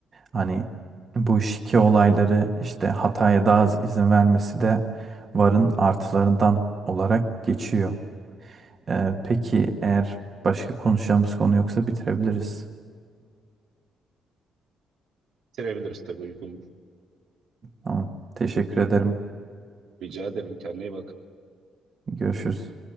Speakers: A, on the right (about 45°); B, on the right (about 80°).
A: hani bu şike olayları işte hataya daha az izin vermesi de VAR'ın artılarından olarak geçiyor. Ee, peki eğer başka konuşacağımız konu yoksa bitirebiliriz.
B: Bitirebiliriz tabii uygun.
A: Tamam. Teşekkür ederim.
B: Rica ederim. Kendine iyi bak.
A: Görüşürüz.